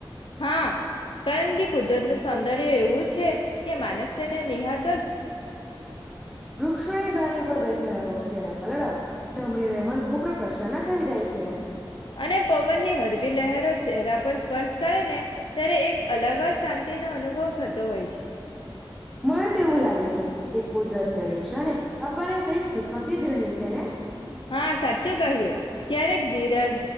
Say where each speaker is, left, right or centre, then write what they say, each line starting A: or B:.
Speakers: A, on the left; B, in the centre.
A: હા, કારણ કે કુદરતનું સૌંદર્ય એવું છે કે માનસ તેને નિહાળ
B: વૃક્ષોની દારી પર બેઠ ફેરાબો પક્ષીના કલડા સાંભળીને મન ખૂબ પ્રસન્ના થઈ જાય છે
A: અને પવનની હળવી લહેરો ચહેરા પર સ્પર્શ કરે ને ત્યારે એક અલગ જ શાંતિ નો અનુભવ થતો હોય છે
B: મને તો એવું લાગે છે કે કુદરત દરેક ક્ષણે આપણને કંઈક શીખવતી જ રહે છે ને
A: હા સાચું કહ્યું ક્યારેક ધીરજ